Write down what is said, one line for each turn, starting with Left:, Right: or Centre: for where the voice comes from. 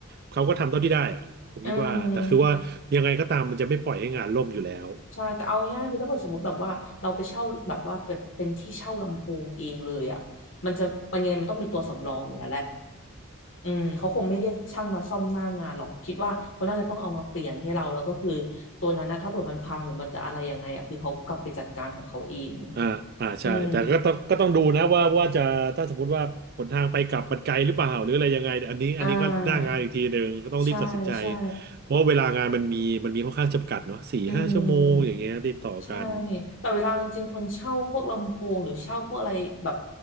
Right: เขาก็ทำเท่าที่ได้อะผมคิดว่าแต่คือว่ายังไงก็ตามมันจะไม่ปล่อยให้งานล่มอยู่แล้ว
Left: อืมใช่แต่เอาง่ายๆคือถ้าเกิดสมมติแบบว่าเราไปเช่าแบบว่าแบบเป็นที่เช่าลำโพงเองเลยอ่ะมันจะมันยังไงมันต้องมีตัวสำรองอยู่แล้วแหละอืมเขาคงไม่เรียกช่างมาซ่อมหน้างานหรอกคิดว่าเขาน่าจะต้องเอามาเปลี่ยนให้เราแล้วก็คือตัวนั้นนะถ้าเผื่อมันพังหรือมันจะอะไรยังไงอ่ะคือเขากลับไปจัดการของเขาเอง
Right: อ่าอ่าใช่แต่ก็ต้องก็ต้องดูนะว่าว่าจะถ้าสมมติว่าหนทางไปกลับมันไกลหรือเปล่าหรืออะไรยังไงอันนี้อันนี้ก็หน้างานอีกทีหนึ่งก็ต้องรีบตัดสินใจ
Left: อืมอ่าใช่ใช่
Right: เพราะว่าเวลางานมันมีมันมีค่อนข้างจำกัดเนาะสี่ห้าชั่วโมงอย่างเงี้ยติดต่อกัน
Left: อืม ใช่แต่เวลาจริงๆคนเช่าพวกลำโพงหรือเช่าพวกอะไรแบบ